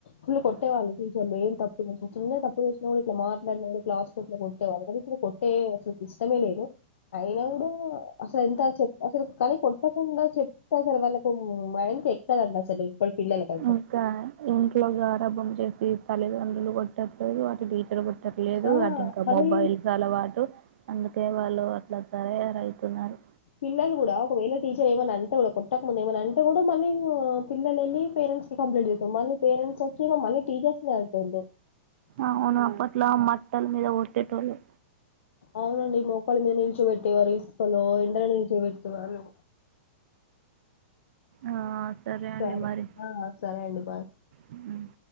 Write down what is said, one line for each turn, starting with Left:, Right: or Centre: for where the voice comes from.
Left: ఫుల్లు కొట్టేవాళ్ళు టీచర్లు ఏం తప్పు చేసిన చిన్న తప్పు చేసిన కూడా ఇట్లా మాట్లాడిన కూడా ఇట్లా క్లాస్ <inaudible> లో కొట్టేవాళ్ళు కానీ ఇప్పుడు కొట్టే సుతిష్టమే లేదు అయినా కూడా అసలు ఎంత చెప్ అసలు కానీ కొట్ట పుంగా చెప్తా అసలు వాళ్ళకు మైండ్ కెక్కదండి అసలు ఇప్పటి పిల్లలకైతే
Right: ఇంకా ఇంట్లో గరాబం చేసి తల్లిదన్ లు కొట్టట్లేదు అటు టీచరు ట్టల్లేదు
Left: ఆ
Right: అటు ఇంకా
Left: మళ్ళీ
Right: మొబైల్స్ అలవాటు అందుకే వాళ్ళు అట్లా సరే అదైతే మరి
Left: పిల్లలు కూడా ఒకవేళ టీచర్ ఏమన్నా అంటే కూడా కొట్టక ముందు ఏమైనా అంటే కూడా మళ్ళీ ఉమ్మ్ పిల్లలెళ్ళి పేరెంట్స్ కంప్లైంట్ చేస్తాం మళ్ళీ పేరెంట్ వచ్చి మ మళ్ళీ టీచర్స్ నే అంటుంటే
Right: అవును అప్పట్లో మట్టల మీద కొట్టేటోళ్ళు
Left: అవునండి మోకాలు మీనిల్ చో పెట్టేవారు ఇసుకలో ఎండల నిల్చోపెట్టేవాళ్ళు
Right: ఆ!
Left: సరే
Right: అండి మరి
Left: ఆ సరే అండి బాయ్
Right: హ్మ్.